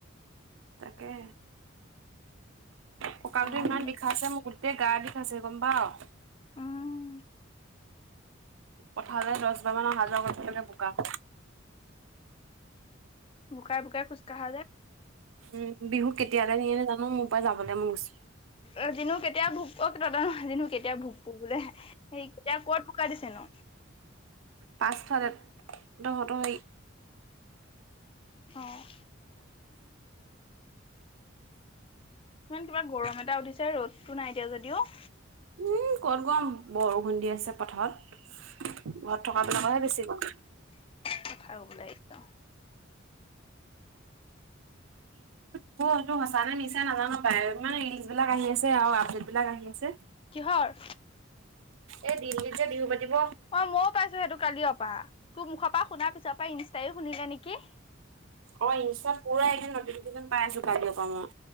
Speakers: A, on the right; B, on the left.
A: তাকে, কঁকালটো
B: আমনি
A: ইমান
B: লাগিছে
A: বিষাইছে মোক গোটেই গা বিষাইছে গম পা'
B: উম
A: পঠালে দহ বাৰ মান অহা-যোৱা কৰিব লাগে বোকাত।
B: বোকাই-বোকাই খোজকাঢ়া যে।
A: উম, বিহু কেতিয়াকে নিয়ে নেজানো মোৰ পা যাবলৈ মন গৈছে।
B: এটিনো কেতিয়া ভোক অহ, কিবা এটা এটিনো ভুক বোলে। সেই এতিয়া ক'ত বোকা দিছে নো।
A: পাঁচ ফালে তহঁত সেই,
B: অ', ইমান কিবা গৰম এটা উঠিছে ৰ'দতটো নাই এতিয়া যদিও।
A: উম কত গম বৰষুণ দি আছে, পথাৰত ঘৰত থকা বিলাকহে বেছি গৰম।
B: কষা কবলে একদম,
A: বো সঁচা নে নিচা নাজানো বায় ইমানে ৰিলচ বিলাক আহি আছে আৰু আপডেট বিলাক আহি আছে।
B: কিহৰ?
A: এই দিল্লী ত যে বিহু পাতিব।
B: অ, ময়ো পাইছো সেইটো কালিয় পা তোৰ মুখৰ পৰা শুনাৰ পিছৰ পৰা ইনষ্টাও শুনিলে নেকি?
A: অ, ইনষ্টাত পুৰা একদিন নটিফিকেশ্যন পাই আছো কাইলে পা মই।